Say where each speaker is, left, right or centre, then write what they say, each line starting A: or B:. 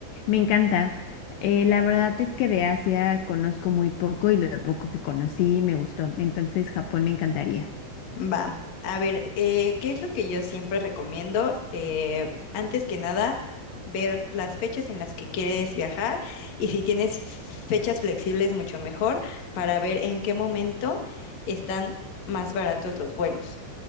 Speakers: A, on the left; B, on the left.
A: me encanta. Eh, la verdad es que de Asia conozco muy poco y lo poco que conocí me gustó. Entonces, Japón me encantaría.
B: Va, a ver, eh, ¿qué es lo que yo siempre recomiendo? Eh, antes que nada, ver las fechas en las que quieres viajar y si tienes fechas flexibles, mucho mejor para ver en qué momento están más baratos los vuelos,